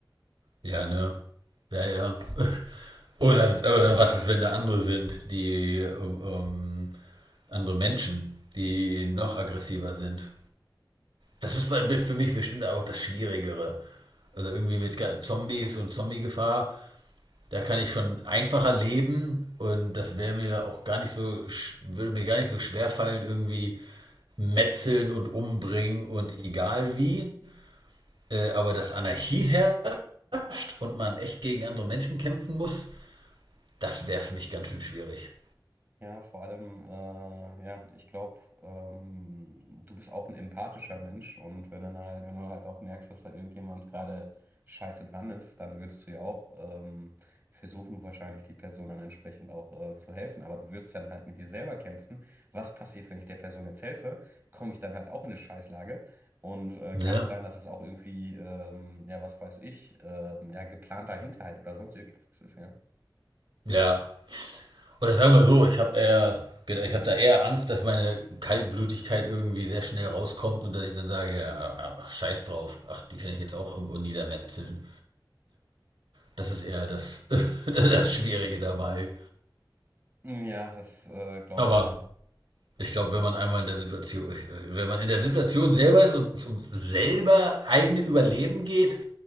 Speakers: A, on the right (about 80°); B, on the right (about 25°).
A: Ja, ne? Ja, ja. <laughs> Oder, oder was ist, wenn da andere sind, die ähm, andere Menschen, die noch aggressiver sind? Das ist für mich bestimmt auch das Schwierigere. Also irgendwie mit Zombies und Zombie-Gefahr, da kann ich schon einfacher leben und das wäre mir auch gar nicht so, würde mir gar nicht so schwer fallen, irgendwie metzeln und umbringen und egal wie. Äh, aber dass Anarchie herrscht und man echt gegen andere Menschen kämpfen muss, das wäre für mich ganz schön schwierig.
B: Ja, vor allem, äh, ja, ich glaube, ähm, du bist auch ein empathischer Mensch und wenn dann halt, wenn du halt auch merkst, dass da irgendjemand gerade scheiße dran ist, dann würdest du ja auch ähm, versuchen, wahrscheinlich die Person dann entsprechend auch äh, zu helfen. Aber du würdest dann halt mit dir selber kämpfen. Was passiert, wenn ich der Person jetzt helfe? Komme ich dann halt auch in eine Scheißlage? Und äh,
A: Ne?
B: kann es sein, dass es auch irgendwie, ähm, ja, was weiß ich, ähm, ja, geplanter Hinterhalt oder sonst irgendwas ist, ja?
A: Ja. Oder sagen wir so, ich habe eher, genau, ich habe da eher Angst, dass meine Kaltblütigkeit irgendwie sehr schnell rauskommt und dass ich dann sage, ja, ah, ah, ach, scheiß drauf, ach, die kann ich jetzt auch irgendwo niedermetzeln. Das ist eher das, <laughs> das Schwierige dabei.
B: Ja, das äh, glaube
A: Aber
B: ich dir.
A: ich glaube, wenn man einmal in der Situation, wenn man in der Situation selber ist und es um selber eigene Überleben geht,